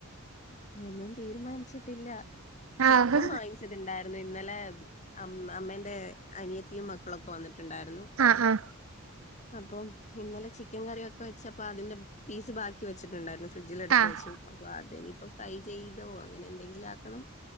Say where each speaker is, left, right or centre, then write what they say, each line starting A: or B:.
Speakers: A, on the left (about 30°); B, on the right (about 65°).
A: ഒന്നും തീരുമാനിച്ചിട്ടില്ല ചിക്കൻ
B: ആഹ്
A: വാങ്ങിച്ചത്ണ്ടായി ഇന്നലെ അമ്മേന്റെ അനിയത്തിയും മക്കളൊക്കെ വന്നിട്ടു ണ്ടായിരുന്നു
B: ആഹ് ആഹ്
A: അപ്പൊ ഇന്നലെ ചിക്കൻ കറിക്കെ വെച്ചപ്പോ അതിന്റെ പീസ് ബാക്കി വെച്ചിട്ടുണ്ടായിരുന്നു ഫ്രിഡ്ജിൽ എടുത്തു
B: ആഹ്
A: വെച്ചു അപ്പൊ അത്നിപ്പോ ഫ്രൈ ചെയ്തോ അങ്ങനെ എന്തെങ്കിലും ആക്കണം